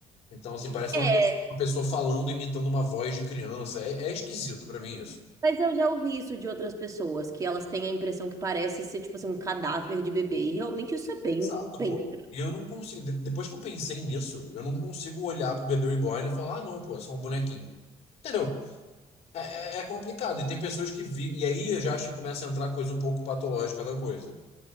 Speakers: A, on the left (about 60°); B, on the right (about 30°).
A: Então, assim, parece
B: É,
A: uma, pe- uma pessoa falando, imitando uma voz de criança. É, é esquisito pra mim isso.
B: mas eu já ouvi isso de outras pessoas, que elas têm a impressão que parece ser, tipo assim, um cadáver de bebê. E realmente isso é bem,
A: Exato,
B: bem
A: pô.
B: estranho.
A: E eu não consigo, de- depois que eu pensei nisso, eu não consigo olhar pro bebê reborn e falar, ah, não, pô, é só um bonequinho. Entendeu? É, é- é complicado. E tem pessoas que vivem. E aí eu já acho que começa a entrar coisa um pouco patológica da coisa.